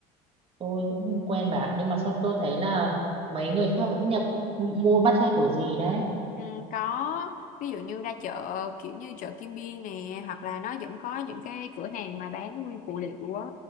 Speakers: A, on the right (about 35°); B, on the left (about 55°).
A: tôi cũng không quen bà nhưng mà sao tôi thấy là mấy người khác vẫn nhập m- mua matcha kiểu gì đấy
B: Ừ, có ví dụ như ra chợ kiểu như chợ Kim Biên nè hoặc là nó vẫn có những cái cửa hàng mà bán nguyên phụ liệu á